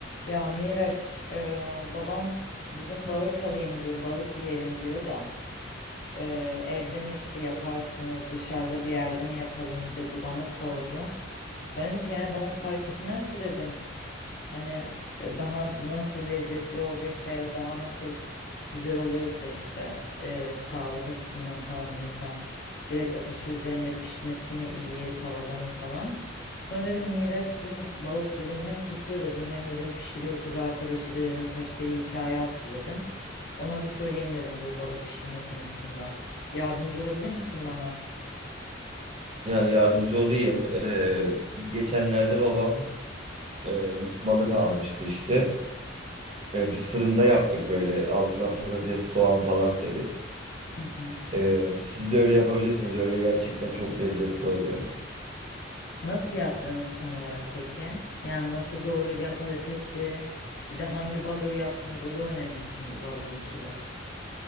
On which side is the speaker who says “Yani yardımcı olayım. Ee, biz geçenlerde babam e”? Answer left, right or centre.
Right